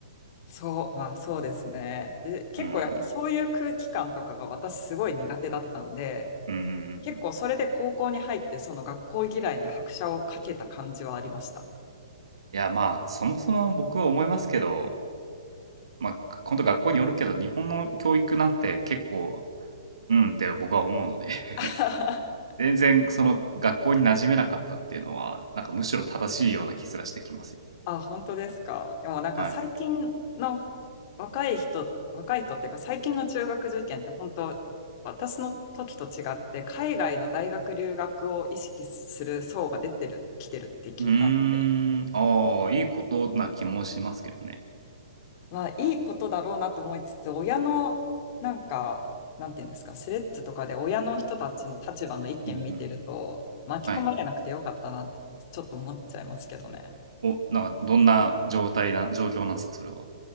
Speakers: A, on the left (about 40°); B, on the right (about 75°).
A: そう、まあそうですね。で、結構やっぱそういう空気感とかが私すごい苦手だったんで、
B: <laughs> うん。うんうんうん。
A: 結構それで高校に入ってその学校嫌いに拍車をかけた感じはありました。
B: いや、まあ、そもそも僕は思いますけど、まあ、本当学校によるけど、日本の教育なんて結構、うんって僕は思うので、
A: <laughs>
B: <laughs> 全然その学校に馴染めなかったっていうのは、なんかむしろ正しいような気すらしてきますよ。
A: あ、本当ですか。でもなんか最近の
B: はい。
A: 若い人、若い人っていうか最近の中学受験って本当、私の時と違って海外の大学留学を意識する層が出てる、来てるって聞いたので、
B: うーん、ああ、いいことな気もしますけどね。
A: まあいいことだろうなと思いつつ、親のなんか、なんていうんですか、スレッズとかで親の人たちの立場の意見見てると巻き込まれなくてよかったなってちょっと思っちゃいますけどね。
B: うんうん。はい。お、なんかどんな状態な状況なんですか？それは。